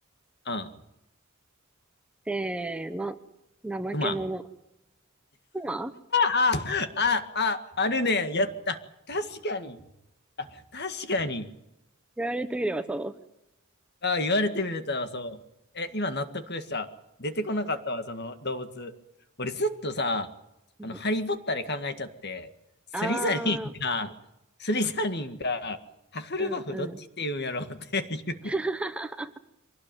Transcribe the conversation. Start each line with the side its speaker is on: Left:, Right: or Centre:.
Left: うん。うん。
Centre: せーの。怠け者。
Left: クマ。
Centre: 熊
Left: ああ、ああ、あるね。やった。確かに。あ、確かに。
Centre: 言われてみればそう。
Left: ああ、言われてみれたわ、そう。え、今納得した。出てこなかったわ、その動物。俺ずっとさ、
Centre: うん、
Left: あの、ハリー・ポッターで考えちゃって、スリザリンか、
Centre: あー、
Left: スリザリンか、ハフルバフどっちって言うんやろうっていう
Centre: うんうん。<laughs>